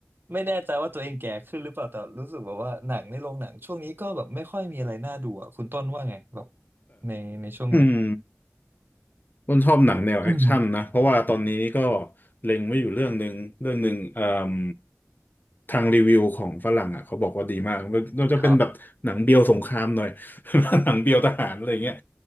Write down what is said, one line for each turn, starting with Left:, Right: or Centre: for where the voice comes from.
Right: ไม่แน่ใจว่าตัวเองแก่ขึ้นหรือเปล่าแต่รู้สึกแบบว่าหนังในโรงหนังช่วงนี้ก็แบบไม่ค่อยมีอะไรน่าดูอ่ะคุณต้นว่าไงแบบในในช่วงนี้
Left: อืมต้นชอบหนังแนวแอคชั่นนะเพราะว่าตอนนี้ก็
Right: <clears throat>
Left: เล็งไว้อยู่เรื่องหนึ่งเรื่องหนึ่งเอ่มทางรีวิวของฝรั่งอ่ะเขาบอกว่าดีมากมันมันจะเป็นแบบหนังเบียวสงครามหน่อย
Right: ครับ
Left: <laughs> หนังเบียวทหารอะไรเงี้ย